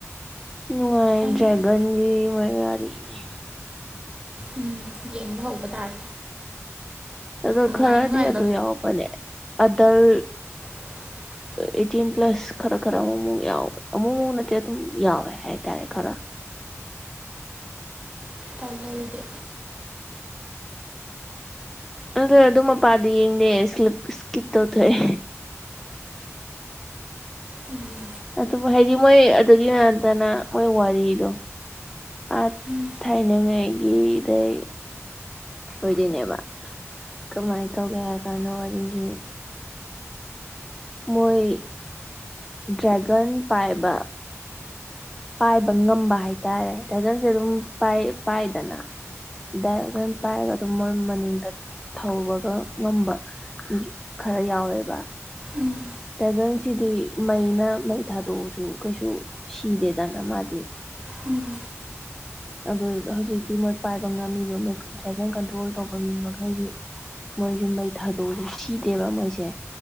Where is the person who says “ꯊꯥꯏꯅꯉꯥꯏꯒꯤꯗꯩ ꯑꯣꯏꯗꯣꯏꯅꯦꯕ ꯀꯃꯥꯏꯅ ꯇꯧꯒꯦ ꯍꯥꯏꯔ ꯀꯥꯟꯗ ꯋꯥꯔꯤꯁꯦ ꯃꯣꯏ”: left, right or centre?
Centre